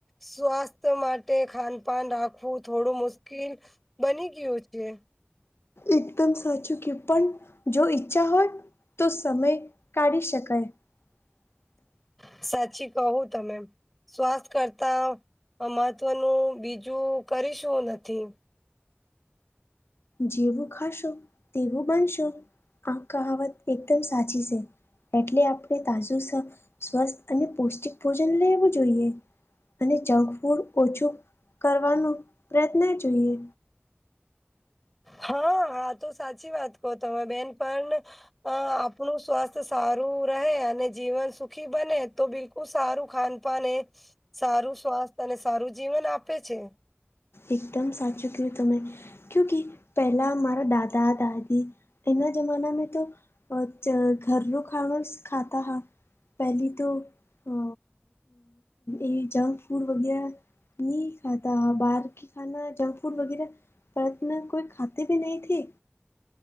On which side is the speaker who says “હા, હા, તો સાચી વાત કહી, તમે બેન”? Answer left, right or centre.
Centre